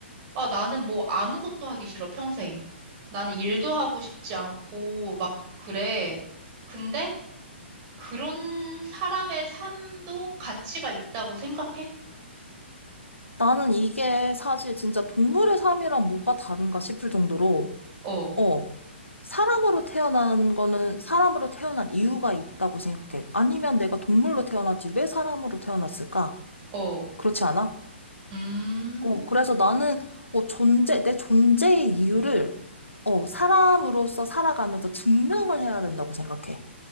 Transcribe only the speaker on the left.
나는 이게 사실 진짜 동물의 삶이랑 뭐가 다른가 싶을 정도로,
어, 사람으로 태어난 거는 사람으로 태어난 이유가 있다고 생각해. 아니면 내가 동물로 태어났지 왜 사람으로 태어났을까?
그렇지 않아?
어, 그래서 나는, 어, 존재, 내 존재의 이유를, 어, 사람으로서 살아가면서 증명을 해야 된다고 생각해.